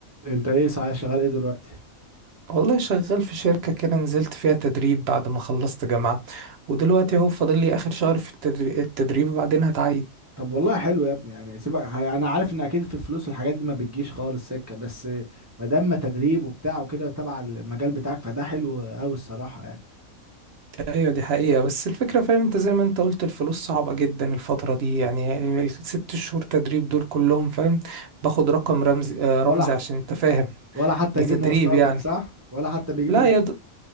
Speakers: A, on the right; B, on the right.
A: انت ايه صحيح شغال ايه دلوقتي
B: والله شغال في شركة كده نزلت فيها تدريب بعد ما خلصت جامعة ودلوقتي اهو فاضل لي اخر شهر في التدري- التدريب وبعدين هتعين
A: طب والله حلو يا ابني يعني سيبك ه- انا عارف ان اكيد في الفلوس والحاجات دي ما بتجيش خالص سكه بس ما دام تدريب وبتاع وكده تبع المجال بتاعك فده حلو قوي الصراحه يعني
B: ايوه دي حقيقة بس الفكرة فاهم انت زي ما انت قلت الفلوس صعبة جدا الفترة دي يعني الست شهور تدريب دول كلهم فاهم باخد رقم رمزي آه، رمزي
A: ولا ح...
B: عشان انت فاهم
A: ولا حتى
B: ده
A: يجيب
B: تدريب
A: مواصلاتك
B: يعني
A: صح ولا حتى بيجيب
B: لا
A: الم...
B: يا د-